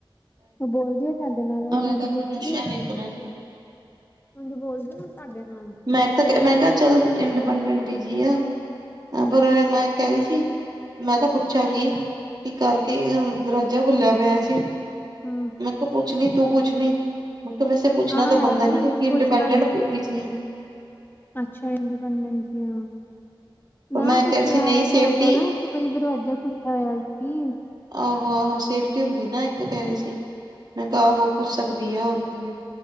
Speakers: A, on the left (about 25°); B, on the right (about 50°).
A: ਉਹ ਬੋਲਦੀ ਆ ਤੁਹਾਡੇ ਨਾਲ, ਉੰਝ
B: ਹਲੇ ਤੱਕ
A: ਬੋਲਦੀ।
B: ਨਸ਼ਿਆਂ ਨੀ ਉਤਰਿਆ ਸੀ
A: ਤੁਸੀਂ ਬੋਲਦੇ ਹੋ ਸਾਡੇ ਨਾਲ।
B: ਮੈਂ ਤਾਂ ਮੈਂ ਕਿਹਾ ਚੱਲ ਇੰਡੀਪੈਂਡੈਂਟ ਬੀਜੀ ਆ।
A: ਹਮ
B: ਪਰ ਮੈਂ ਕਹਿ ਰਹੀ ਸੀ। ਮੈਂ ਤਾਂ ਪੁੱਛਾਂਗੀ, ਕਿ ਕਰਕੇ ਦਰਵਾਜਾ ਖੁੱਲਿਆ ਪਿਆ ਸੀ।
A: ਹਮ।
B: ਮੈੰ ਕਿਹਾ ਪੁੱਛਣੀ ਤੂੰ ਪੁੱਛਣੀ, ਮੈਂ ਵੈਸੇ ਪੁੱਛਣਾ
A: ਹਾਂ
B: ਤਾਂ
A: ਯਾਰ
B: ਬਣਦਾ ਨੀ ਇੰਡੀਪੈਂਡਟ
A: ਕੁਛ ਨਾ
B: ਦੀ ਚੀਜ਼
A: ਅੱਛਾ ਇੰਡੀਪੈਂਡੈਂਸ ਜੀ ਆਂ।
B: ਪਰ
A: ਨਾ
B: ਮੈਂ
A: ਤੁਸੀਂ
B: ਕਹਿ ਰਹੀ ਸੀ
A: ਆਇ
B: ਨਹੀਂ ਸੇਫਟੀ
A: ਕਹਿ ਦਿਓ ਨਾ, ਕਿ ਬਈ ਦਰਵਾਜਾ ਖੁੱਲਾ ਹੋਇਆ ਸੀ।
B: ਆਹੋ-ਆਹੋ ਸੇਫਟੀ ਹੁੰਦੀ ਨਾ ਇੱਕ ਕਹਿ ਰਹੀ ਸੀ। ਮੈਂ ਕਿਹਾ ਆਹੋ ਪੁੱਛ ਸਕਦੀ ਆ, ਕੀ ਆ।